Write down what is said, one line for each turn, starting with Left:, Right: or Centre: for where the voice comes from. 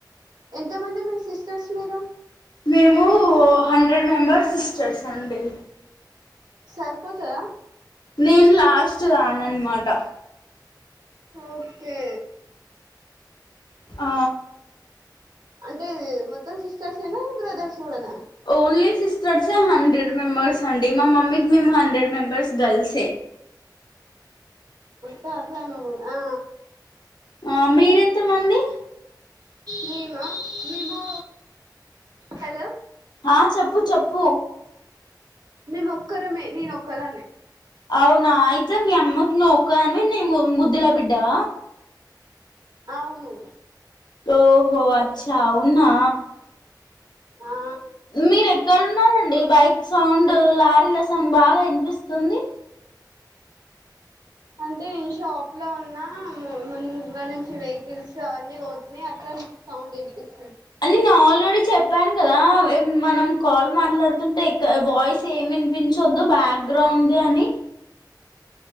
Right: ఎంతమంది మీ సిస్టర్స్ మీరు
Left: మేము హండ్రెడ్ మెంబర్స్ సిస్టర్స్ అండి
Right: సరిపోతాద
Left: నేను లాస్ట్ దాన్ని అన్నమాట
Right: ఓకే
Left: ఆ
Right: అంటేది మొత్తం సిస్టర్స్ ఏనా బ్రదర్స్ కూడనా
Left: ఓన్లీ సిస్టర్స్ హండ్రెడ్ మెంబర్స్ అండి మా మమ్మీకి మేము హండ్రెడ్ మెంబర్స్ గర్ల్సే
Right: తర్రను ఆ
Left: ఆ మీరెంత మంది
Right: మేము మేము హలో
Left: ఆ చెప్పు చెప్పు
Right: మేము ఒక్కరమే నేను ఒక్కదాన్నె
Left: అవునా అయితే మీ అమ్మకి నువ్వు ఒక్క దా టే నీవు ముద్ధల బిడ్డవ
Right: అవును
Left: ఓహో అచ్చ అవునా
Right: ఆ
Left: మీర ఎక్కడున్నారండి బైట సౌండ్ లారీ ల సౌండ్ బాగా వినిపిస్తుంది
Right: అంటే నేను షాప్ లో ఉన్నా ముందుగా నుంచి వెహికల్స్ అవన్ని పోతున్నాయి అక్క సౌండ్ వినిపిస్తు
Left: నేన్ ఆల్రెడీ చెప్పాను కదా మనం కాల్ మాట్లాడుతుంటే వాయిస్ ఏమి వినిపించద్దు బ్యాక్గ్రౌండ్ ది అని